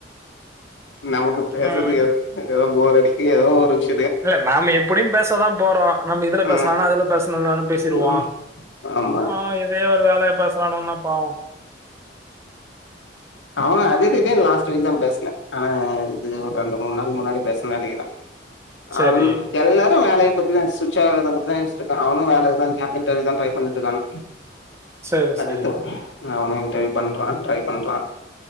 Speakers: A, on the left; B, on the right.
A: நமக்கு பேசதுக்கு
B: ம்.
A: எ ஏதோ போர் அடிக்கு ஏதோ ஒரு விஷ்
B: இல்ல நாம்ம எப்டியு பேசதா போறோ நம்ம இதுல
A: ம்
B: பேசுனா என்ன அதுல பேசுனா என்னான்னு பேசி
A: ம்
B: ச்சிருவோ
A: ம் ஆமா
B: ஆ இதயே ஒரு வேலயா பேசறானுங்கன்னா பாவோ
A: அவங்க அஜித் கிட்டயே லாஸ்ட் வீக் தா பேஸ்னா ஆனா இது ஒரு ரெண்டு மூணு நாள் முன்னாடி பேஸ்னேன்னு நெனக்கிறோ
B: சரி.
A: ஆ எல்லாரு வேலய பத்திதா சுஸ்ட்சா ஆகுறத பத்திதா யோசிச்சிட்ருக்கா அவனும் வேலைக்கு தா இன்டர்வியூ க்கு தா ட்ரை பண்ணிட்டு இருக்காங்க
B: சரி,
A: அஜீத்தும்
B: சரி.
A: அவனும் இன்டர்வியூ பண்றா ட்ரை பண்றா